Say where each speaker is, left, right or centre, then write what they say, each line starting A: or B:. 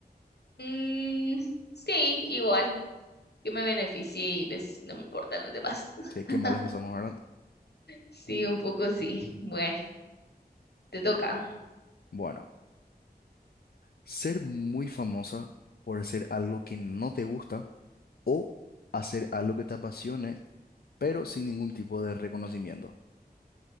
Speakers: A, on the left; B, on the left.
A: mm, sí, igual, que me beneficie y pues no me importan los demás.
B: Sí, qué
A: <laughs>
B: malos que somos, ¿verdad?
A: Sí, un poco sí. Bueno, te toca.
B: Bueno, ser muy famosa por hacer algo que no te gusta o hacer algo que te apasione, pero sin ningún tipo de reconocimiento.